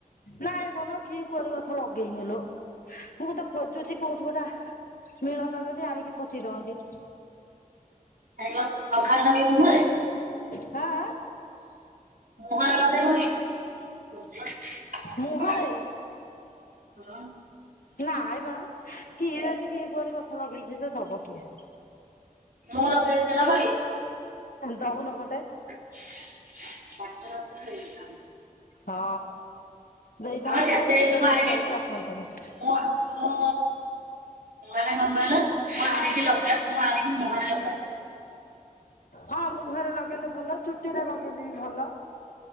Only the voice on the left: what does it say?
ନାଇଁ ଧନ ଘି କୁଆର ଗଛ ଲଗେଇନିଲୁ ମୁଁ କୁତ ଖୋଜୁଛି କୋଉଠି କୋଉଟା ମିଳନ୍ତା ଯଦି ଆଣିକି ପୋତି ଦଅନ୍ତି।
ହଁ ଆ
ମୁହଁରେ
ନା ଆବା କିଏ ଏଠିକି କିଏ କୁଆରି ଗଛ ଲଗେଇଛି ତ ଦବ କିଏ
ଦଉନୁ ଗୋଟେ।
ହଁ ଦେଇଥାନ୍ତ
କଣ ମୁଁ କେତେ
ଥର ଯାଇକି ଆସନ୍ତୁଣି।
ହଁ ମୁଁହରେ ଲଗେଇଲେ ଭଲ ଚୁଟିରେ ଲଗେଇଲେ ବି ଭଲ।